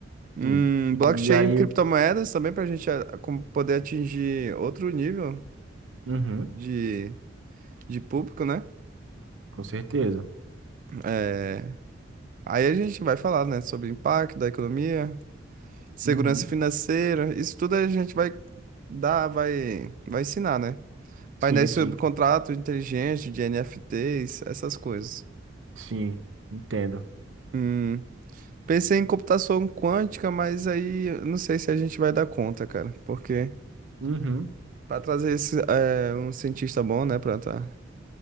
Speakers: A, on the right; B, on the right.
A: Hum,
B: Sim. E
A: blockchain
B: aí,
A: e criptomoedas também para a gente ah, com- poder atingir outro nível
B: uhum,
A: de, de público, né?
B: com certeza.
A: É, aí a gente vai falar, né, sobre o impacto da economia, segurança
B: Uhum.
A: financeira, isso tudo a gente vai dar, vai, vai ensinar, né? Painéis
B: Sim, sim.
A: sobre contratos inteligentes de NFTs, essas coisas.
B: Sim, entendo.
A: Hum, pensei em computação quântica, mas aí eu não sei se a gente vai dar conta, cara, porque
B: Uhum.
A: para trazer esse, é, um cientista bom, né, para estar